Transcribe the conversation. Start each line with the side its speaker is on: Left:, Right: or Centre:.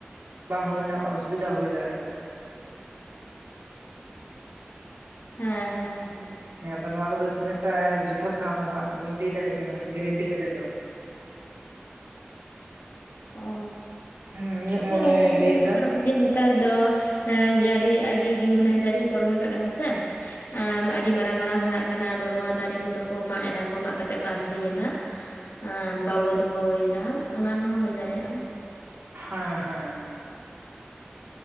Right: ᱵᱟᱝ ᱦᱩᱭ ᱨᱮᱱᱟᱜ ᱚᱥᱩᱵᱤᱫᱷᱟ ᱦᱩᱭ ᱫᱟᱲᱮᱭᱟᱜᱼᱟ᱾
Left: ᱦᱮᱸ ᱦᱮᱸ ᱦᱮᱸ
Right: ᱦᱮᱸ ᱟᱫᱚ ᱱᱚᱣᱟ ᱠᱚᱫᱚ ᱛᱤᱱᱟᱹᱜ ᱴᱟ ᱡᱚᱛᱷᱟᱛ ᱚᱱᱟ ᱫᱚ ᱦᱟᱸᱜ ᱵᱟᱹᱧ ᱞᱟᱹᱭ ᱫᱟᱲᱮᱭᱟᱜ ᱠᱟᱱᱟ ᱜᱮᱨᱮᱱᱴᱤ ᱠᱟᱛᱮᱜ ᱫᱚ᱾
Left: ᱚ
Right: ᱦᱮᱸ ᱤᱧᱟᱹᱜ
Left: ᱦᱮᱸ
Right: ᱢᱚᱱᱮᱭ
Left: ᱚᱱᱠᱟ ᱜᱮ
Right: ᱞᱟᱹᱭᱫᱟ
Left: ᱦᱩᱭᱩᱜ ᱠᱟᱱᱟ <unintelligible> ᱱᱮᱛᱟᱨ ᱫᱚ ᱮ ᱡᱟ ᱜᱤ ᱟᱹᱰᱤ ᱢᱟᱱᱮ ᱫᱟᱨᱮ ᱠᱚ ᱠᱚ ᱨᱚᱦᱚᱭ ᱠᱟᱜ ᱠᱟᱱᱟ ᱥᱮ᱾ ᱮ ᱟᱹᱰᱤ ᱢᱟᱨᱟᱝ ᱢᱟᱨᱟᱝ ᱦᱟᱨᱟᱜ ᱠᱟᱱᱟ ᱟᱫᱚ ᱱᱚᱣᱟ ᱫᱟᱨᱮ ᱠᱚᱫᱚ ᱠᱚ ᱢᱟᱜ ᱮᱫᱟ ᱠᱚ ᱢᱟᱜ ᱠᱟᱛᱮᱜ ᱠᱚ ᱟᱠᱷᱨᱤᱧ ᱮᱫᱟ᱾ ᱮᱸ ᱵᱟᱵᱚ ᱫᱚᱦᱚᱭᱮᱫᱟ ᱚᱱᱟ ᱦᱚᱸ ᱦᱩᱭ ᱫᱟᱲᱮᱭᱟᱜᱼᱟ᱾
Right: ᱦᱮᱸ ᱦᱮᱸ